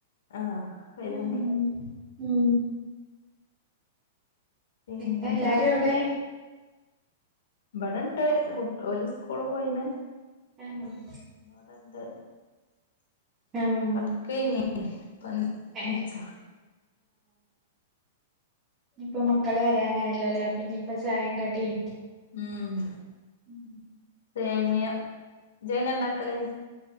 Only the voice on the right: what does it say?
ഉ ഉം
പിന്നെ എല്ലാരും അവിടെ
ഉം
ആഹ്
ഏ
ഇപ്പ മക്കള് വരാനായല്ലോല്ലേ അപ്പൊ ഇനിയിപ്പ ചായ കടിയും
ഉം